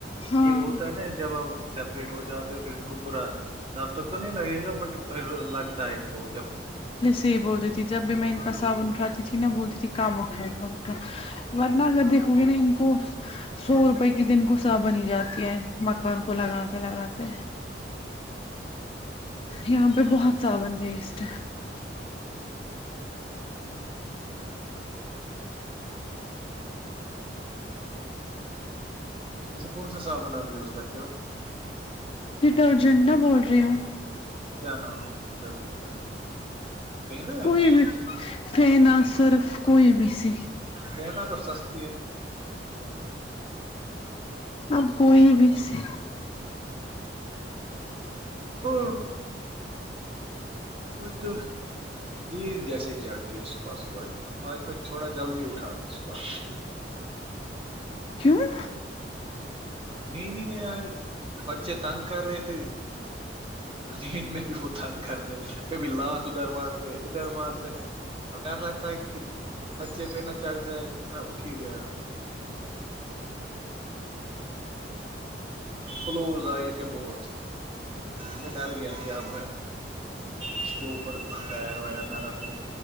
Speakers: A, on the left (about 30°); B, on the right (about 30°).
A: ہاں
B: یہ ہوتا ہے نا جب اب سیپریٹ ہو جاتا پھر ان کو پورا تب تک تو نہیں لگے گا بٹ پھر لگتا ہے کو جب
A: صی بولتی تھی جب بھی میں ان کا ساون اٹھاتی تھی نا بولتی تھی کام اٹھام اٹھا ورنہگر دیکھو گے نا ان کو سو روپئے کے دن غصہ بنی جاتی ہے مکان کو لگاتے لگاتے
B: ہوں
A: یہاں ب بہت صثابون ویسٹ
B: <inaudible> ویسے کون سا سامان آپ یوز کرتے ہو
A: ڈٹرجنٹ نہا بول رہے ہو
B: کیا نام ہےرر کا ٹینا
A: کوئی
B: ہے
A: بھی فینا صرف کوئی بھی س
B: دینا تو سستی ہے
A: اب کوئی بھی سے
B: پ تو جی جیسے ہی چڑ رہی ہے س صبحائی آج میں تھوڑا جلدی اٹھا تھا صبح
A: کیوں
B: مینین نہیں آئی پچے تن کر رہ تھ رد میں بھی وہ تنگ کرتے کبھی لات دروار ادھر مارتے ہیں اور ڈر لگتا ہے کہ ب نیچے پہ نہا چڑھ جائے پھر میں اٹھی گیا کلوز آئے تھے بہت میں ڈر گیا کیا میں اس کے اوپر پیر وغیر نہ رکھو